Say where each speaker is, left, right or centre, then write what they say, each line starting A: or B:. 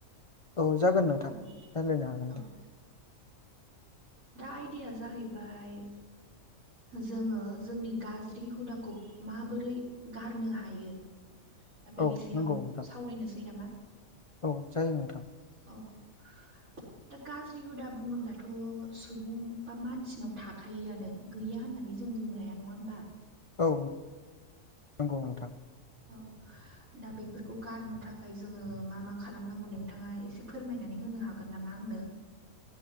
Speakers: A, on the left; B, on the right.
A: औ जागोन नोंथां
B: औ-औ-औ
A: रायलायनो हागोन दे
B: दा आयदाया जाहैबाय जोङो जोंनि गाज्रि हुदाखौ माबोरै गारनो हायो दा बेनि
A: औ
B: सायाव
A: नंगौ नोंथां
B: सावरायनोसै नामा
A: औ जायो नोंथां
B: औ <inaudible> दा गाज्रि हुदा बुङोब्लाथ' सुबुं बा मानसिनाव थाखायोआनो गैया होननानै जों बुंनो हाया नङा होमबा
A: औ नंगौ नोंथां
B: औ दा बेफोरखौ गारनो थाखाय जोङो मा मा खालामनांगौ नोंथाङा एसे फोरमायनानै होनो हागोन नामा आंनो